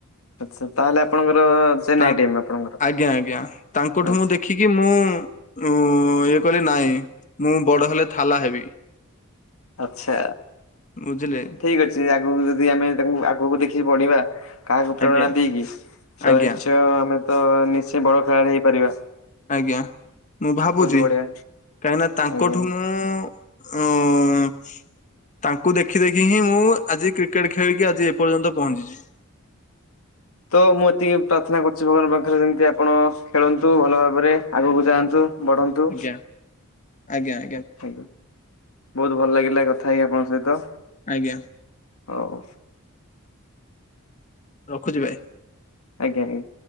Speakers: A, on the left (about 75°); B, on the left (about 35°).
A: ଆଚ୍ଛା ତାହେଲେ ଆପଣଙ୍କର ଚେନ୍ନାଇ
B: ତାଙ୍କ
A: ଟିମ୍ ଆପଣଙ୍କର
B: ଆଜ୍ଞା ଆଜ୍ଞା ତାଙ୍କଠୁ
A: ଆଚ୍ଛା।
B: ମୁଁ ଦେଖି କି ମୁଁ ଉଁ, ଇଏ କଲି ନାଇଁ, ମୁଁ ବଡ ହେଲେ ଥାଲା ହେବି।
A: ଆଛା,
B: ବୁଝିଲେ
A: ଠିକ ଅଛି ଆଗକୁ ଯଦି ଆମେ ତାଙ୍କୁ ଆଗକୁ ଦେଖିକି ବଢ଼ିବା। କାହାକୁ ପ୍ରେରଣା
B: ଆଜ୍ଞା
A: ଦେଇକି ତ
B: ଆଜ୍ଞା
A: ନିଶ୍ଚୟ ଆମେ ତ ନିଶ୍ଚୟ ବଡ ଖେଳାଳି ହେଇପାରିବା।
B: ଆଜ୍ଞା, ମୁଁ ଭାବୁଛି
A: ବହୁତ ବଢିଆ
B: କାହିଁକିନା ତାଙ୍କଠୁ
A: ଆଜ୍ଞା।
B: ମୁଁ ଅଁ, ତାଙ୍କୁ ଦେଖି ଦେଖିକି ହିଁ ମୁଁ ଆଜି କ୍ରିକେଟ୍ ଖେଳିକି ଆଜି ଏ ପର୍ଯ୍ୟନ୍ତ ପହଞ୍ଚିଛି।
A: ତ ମୁଁ ଏତିକି ପ୍ରାର୍ଥନା କରୁଛି ଭଗବାନଙ୍କ ପାଖରେ ଯେମିତି ଆପଣ ଖେଳନ୍ତୁ ଭଲ ଭାବରେ ଆଗକୁ ଯାଆନ୍ତୁ। ବଢନ୍ତୁ
B: ଆଜ୍ଞା, ଆଜ୍ଞା, ଆଜ୍ଞା।
A: ଆଜ୍ଞା, ବହୁତ ଭଲ ଲାଗିଲା କଥା ହେଇ ଆପଣଙ୍କ ସହିତ
B: ଆଜ୍ଞା
A: ହଉ।
B: ରଖୁଛି ଭାଇ।
A: ଆଜ୍ଞା, ଆଜ୍ଞା।